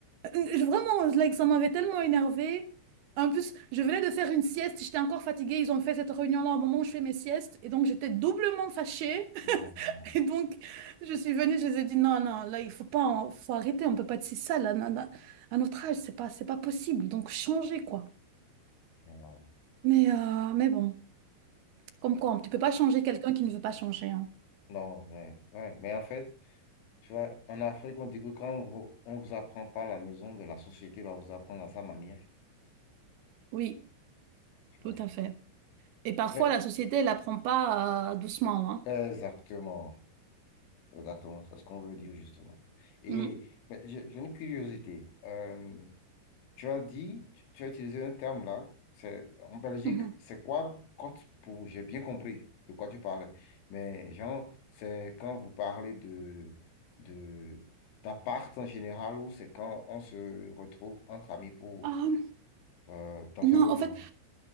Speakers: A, on the right; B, on the left.
A: Euh, je- Vraiment, like, ça m'avait tellement énervée. En plus, je venais de faire une sieste, j'étais encore fatiguée. Ils ont fait cette réunion-là au moment où je fais mes siestes. Et donc, j'étais doublement fâchée <laughs>
B: Non,
A: Et donc, je suis venue, je les ai dit, non, non, là, il faut pas, en- faut arrêter, on peut pas être si sale, à, à- à notre âge, c'est pas, c'est pas possible, donc changer, quoi.
B: non.
A: Mais, euh, mais bon, comme quoi, tu peux pas changer quelqu'un qui ne veut pas changer, hein.
B: Non, ouais, ouais. Mais en fait, tu vois, en Afrique, on dit que quand on vous, on vous apprend pas à la maison, ben, la société va vous apprendre à sa manière,
A: Oui,
B: tu
A: tout
B: vois.
A: à fait. Et parfois,
B: Mais,
A: la société, elle apprend pas euh, doucement, hein.
B: exactement, exactement, c'est ce qu'on veut dire justement. Et
A: Mm.
B: ben, j'ai j'ai une curiosité. euh, Tu as dit, tu tu as utilisé un terme là, c'est en Belgique,
A: Mhm.
B: c'est quoi quand pour j'ai bien compris de quoi tu parlais. Mais genre, c'est quand vous parlez de de d'appart en général ou c'est quand on se retrouve entre amis pour
A: Ah,
B: euh, dans
A: non,
B: un logement.
A: en fait,